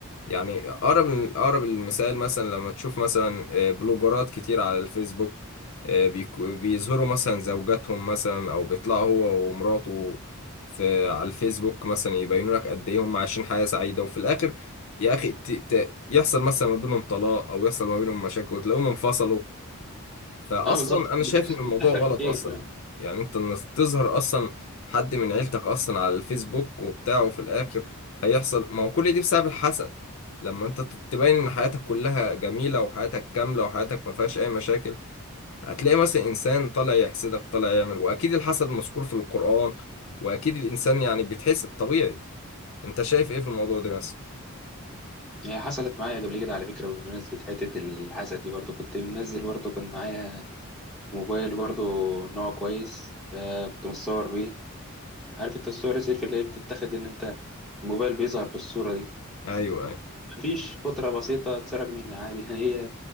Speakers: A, on the left (about 65°); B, in the centre.
A: يعني اقرب اقرب المثال مثلا لما تشوف مثلا آه، بلوجرات كتير على الفيسبوك آه، بيك- بيظهروا مثلا زوجاتهم مثلا او بيطلعوا هو ومراته في على الفيسبوك مثلا يبينوا لك قد ايه هم عايشين حياة سعيدة وفي الاخر يا اخي يحصل مثلا ما بينهم طلاق او يحصل ما بينهم مشاكل وتلاقيهم انفصلوا فاصلا
B: اه بالظبط
A: انا
B: بتحصل
A: شايف ان الموضوع
B: بتحصل
A: غلط
B: كتير
A: اصلا
B: فعلا
A: يعني انت انك تظهر اصلا حد من عيلتك اصلا على الفيسبوك وبتاع وفي الاخر هيحصل ما هو كل دي بسبب الحسد لما انت ت- تبين ان حياتك كلها جميلة وحياتك كاملة وحياتك ما فيهاش اي مشاكل هتلاقي مثلا انسان طالع يحسدك طالع يعمل واكيد الحسد مذكور في القرآن واكيد الانسان يعني بيتحسد طبيعي انت شايف ايه في الموضوع ده مثلا
B: هي حصلت معايا قبل كده على فكرة بمناسبة حتة الحسد دي برضو كنت منزل برضو كان معايا موبايل برضو نوع كويس فكنت متصور بيه عارف انت الصور السيلفي اللي هي بتتاخد ان انت الموبايل بيظهر في الصورة دي
A: ايوه
B: مفيش فترة بسيطة اتسرق منها عادي <laughs> يعني هي